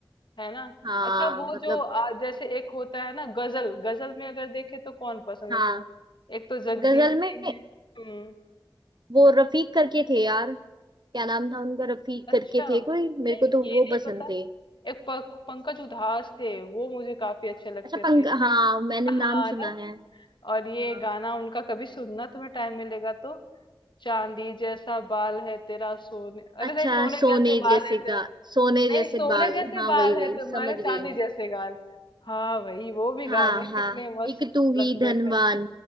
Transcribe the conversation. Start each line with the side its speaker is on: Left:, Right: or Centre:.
Left: है ना
Right: हाँ
Left: अच्छा वो
Right: मतलब
Left: जो आ, जैसे एक होता है ना गजल गजल में अगर देखे तो कौन पसंद
Right: हाँ
Left: है तुम्हें एक तो जगजीत
Right: गजल
Left: सिंह
Right: में
Left: है हम्म
Right: वो रफीक करके थे यार क्या नाम था उनका रफीक
Left: अच्छा
Right: करके थे कोई मेरे
Left: नहीं
Right: को तो
Left: ये
Right: वो
Left: नहीं
Right: पसंद
Left: पता
Right: थे
Left: एक प- पंकज उधास थे वो मुझे काफी अच्छे लगते
Right: अच्छा पंक
Left: थे
Right: हाँ मैंने
Left: हाँ
Right: नाम
Left: ना
Right: सुना है
Left: और ये
Right: हाँ
Left: गाना उनका कभी सुनना तुम्हें टाइम मिलेगा तो चांदी जैसा बाल है तेरा सोने अरे
Right: अच्छा
Left: नहीं सोने
Right: सोने
Left: जैसे बाल
Right: जैसे
Left: है तेरा
Right: गा सोने
Left: नहीं
Right: जैसे
Left: सोने
Right: बाल
Left: जैसे
Right: हाँ
Left: बाल
Right: वही
Left: है
Right: वही
Left: तुम्हारे
Right: समझ गई
Left: चांदी
Right: मैं
Left: जैसे गाल हाँ भाई वो भी
Right: हाँ
Left: गाने
Right: हाँ
Left: कितने मस्त
Right: एक तू ही
Left: लगते
Right: धनवान
Left: थे